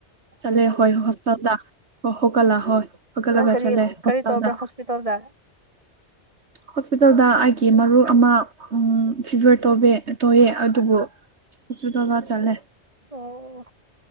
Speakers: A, on the right; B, on the right.
A: ꯆꯠꯂꯦ ꯍꯣꯏ ꯍꯣꯁꯇꯦꯜꯗ ꯍꯧꯒꯠꯂꯒ ꯍꯣꯏ ꯍꯧꯒꯠꯂꯒ
B: ꯅꯪ ꯀꯔꯤ
A: ꯆꯠꯂꯦ
B: ꯀꯔꯤ
A: ꯍꯣꯁꯇꯦꯜꯗ
B: ꯇꯧꯕ꯭ꯔꯥ ꯍꯣꯁꯄꯤꯇꯥꯜꯗ
A: ꯍꯣꯁꯄꯤꯇꯥꯜꯗ ꯑꯩꯒꯤ ꯃꯔꯨꯞ ꯑꯃ ꯎ ꯐꯤꯚꯔ ꯇ ꯇꯧꯑꯦ ꯑꯗꯨꯕꯨ ꯍꯣꯁꯄꯤꯇꯥꯜꯗ ꯆꯠꯂꯦ
B: ꯑꯣ